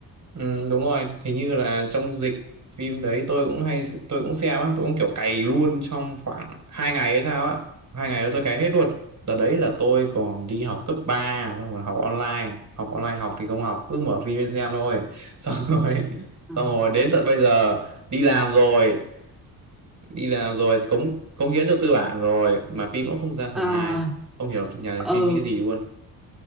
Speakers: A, on the right; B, in the centre.
A: Ừ, đúng rồi, thì như là trong dịch phim đấy tôi cũng hay tôi cũng xem á, tôi cũng kiểu cày luôn trong khoảng hai ngày hay sao á. Hai ngày đó tôi cày hết luôn. Đợt đấy là tôi còn đi học cấp ba xong rồi học online, học online học thì không học cứ mở phim lên xem thôi. Xong rồi <laughs>
B: Ờ.
A: xong rồi đến tận bây giờ đi làm rồi, đi làm rồi cống cống hiến cho tư bản rồi mà phim cũng không ra phần hai
B: à
A: Không hiểu nhà làm
B: ừ
A: phim nghĩ gì luôn.